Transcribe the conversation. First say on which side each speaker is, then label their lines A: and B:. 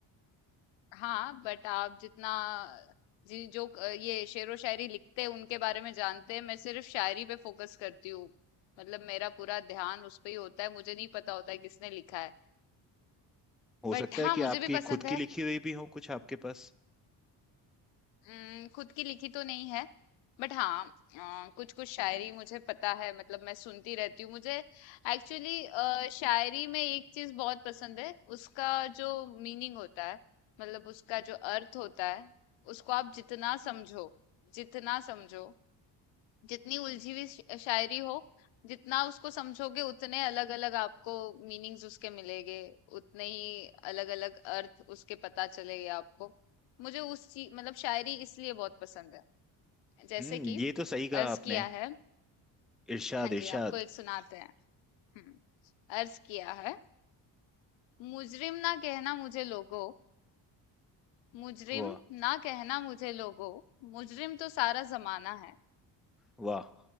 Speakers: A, on the left; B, in the centre.
A: हाँ बट आप जितना जी जो क- ये शेर व शायरी लिखते हैं उनके बारे में जानते हैं मैं सिर्फ शायरी पे फोकस करती हूँ मतलब मेरा पूरा ध्यान उस पे ही होता है मुझे नहीं पता होता है किसने लिखा है
B: हो
A: बट
B: सकता है
A: हाँ मुझे
B: कि आपकी
A: भी पसंद
B: खुद
A: है
B: की लिखी हुई भी हो कुछ आपके पास
A: हुँ, खुद की लिखी तो नहीं है, बट हाँ अ, कुछ-कुछ शायरी मुझे पता है मतलब मैं सुनती रहती हूँ। मुझे एक्चुअली अ, शायरी में एक चीज़ बहुत पसंद है, उसका जो मीनिंग होता है, मतलब उसका जो अर्थ होता है, उसको आप जितना समझो जितना समझो जितनी उलझी हुई श- शायरी हो जितना उसको समझोगे उतने अलग अलग आपको मीनिंग्स उसके मिलेंगे उतने ही अलग अलग अर्थ उसके पता चलेंगे आपको मुझे उस चीज मतलब शायरी इसलिए बहुत पसंद है जैसे
B: हम्म
A: कि
B: ये तो सही कहा
A: अर्ज
B: आपने
A: किया है
B: इरशाद
A: हाँ जी
B: इरशाद
A: आपको एक सुनाते हैं हम्म, अर्ज किया है मुजरिम ना कहना मुझे लोगो मुजरिम
B: वाह
A: ना कहना मुझे लोगो मुजरिम तो सारा जमाना है
B: वाह